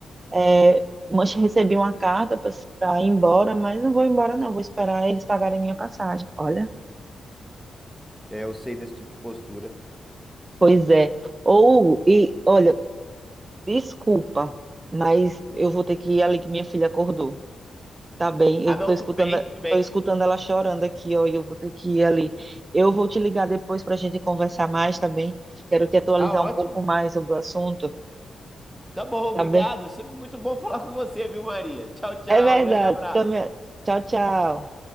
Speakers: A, on the right; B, in the centre.
A: É, mas recebi uma carta para ir embora, mas não vou embora, não, vou esperar eles pagarem minha passagem. Olha,
B: É, eu sei desse tipo de postura.
A: pois é. Ou, e olha, desculpa, mas eu vou ter que ir ali que minha filha acordou. Tá bem,
B: Ah,
A: eu
B: não,
A: tô escutando.
B: tudo bem, tudo bem.
A: Tô escutando ela chorando aqui, ó, e eu vou ter que ir ali. Eu vou te ligar depois para a gente conversar mais também. Quero te atualizar
B: Tá ótimo.
A: um pouco mais sobre o assunto,
B: Tá bom, obrigado.
A: tá bem?
B: Sempre muito bom falar com você, viu, Maria? Tchau, tchau.
A: É verdade.
B: Grande abraço.
A: Também. Tchau, tchau.